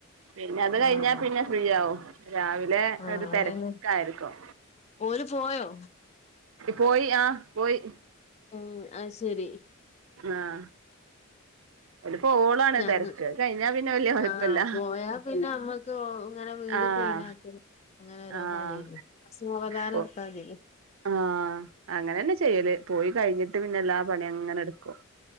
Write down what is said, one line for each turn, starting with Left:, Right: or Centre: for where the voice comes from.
Right: പിന്നെ അത് കഴിഞ്ഞാ
Left: ആഹ്
Right: പിന്നെ ഫ്രീ ആവും രാവിലെ
Left: ആഹ്
Right: ഒരു തെരക്കായിരിക്കും.
Left: അതന്നെ ഓല് പോയോ?
Right: പോയി ആഹ് പോയി.
Left: ഉം അത് ശരി.
Right: ആഹ് ഓല് പോവോളാണ്
Left: ഞങ്
Right: തിരക്ക് അത് കഴിഞ്ഞാ പിന്നെ വല്യ കൊഴപ്പല്ല
Left: ആഹ് പോയാ പിന്നെമ്മ ക്കോ ഇങ്ങനെ വീട്
Right: ആഹ്
Left: ക്ലീൻ ആക്കലും അങ്ങനെ ഓരോ
Right: ആഹ്
Left: പണിയെന്നെ. ആഹ് സാവധാനം
Right: പോ
Left: ഇടുത്താ മതിലെ.
Right: ആഹ് അങ്ങനെന്നെ ചെയ്യല്. പോയി കഴിഞ്ഞിട്ട് പിന്നെ എല്ലാ പണിയങ്ങനെ ഇട്ക്കും.